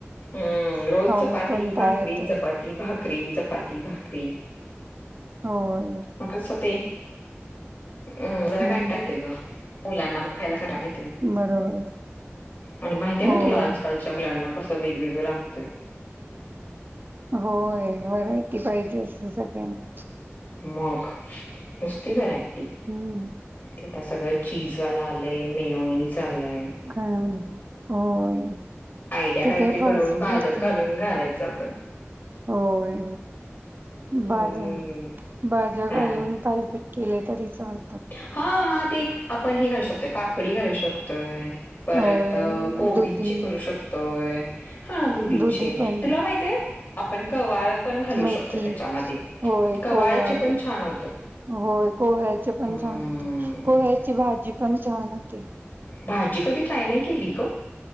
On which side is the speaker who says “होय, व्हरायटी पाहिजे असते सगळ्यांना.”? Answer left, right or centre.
Right